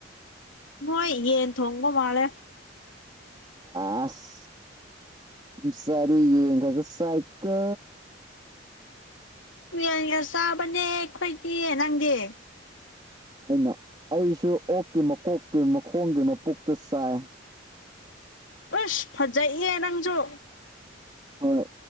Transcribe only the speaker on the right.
ꯑꯁ ꯃꯤꯆꯥꯗꯤ ꯌꯦꯡꯒꯥꯒ ꯆꯥꯏꯀꯣ
ꯑꯩꯅ ꯑꯩꯁꯨ ꯑꯣꯛꯀꯤ ꯃꯀꯣꯛꯀꯤ ꯃꯈꯣꯡꯒꯤ ꯃꯀꯣꯛꯇꯣ ꯆꯥꯏ
ꯍꯣꯏ